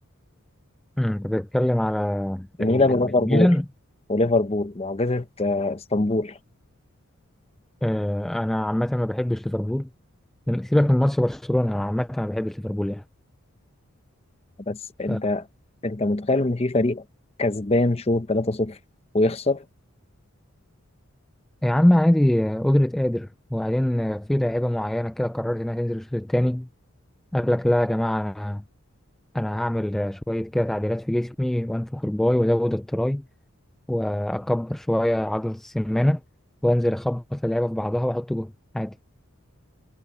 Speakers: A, in the centre; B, on the left.
A: أمم، انت بتتكلم على
B: ميلان
A: ال-
B: وليفربول
A: الميلان
B: وليفربول معجزه آه، اسطنبول
A: آه انا عامة ما بحبش ليفربول لما- سيبك من ماتش برشلونة أنا عامة أنا ما بحبش ليفربول يعني
B: بس
A: ف
B: انت انت متخيل ان في فريق كسبان شوط 3 0 ويخسر
A: يا عم عادي قدرة قادر وبعدين في لاعيبة معينة كده قررت إنها تنزل الشوط التاني قال لك لا يا جماعة أنا أنا هعمل شوية كده تعديلات في جسمي وأنفخ الباي وأزود التراي وأكبر شوية عضلة السمانة وأنزل أخبط اللعيبة في بعضها وأحط جول عادي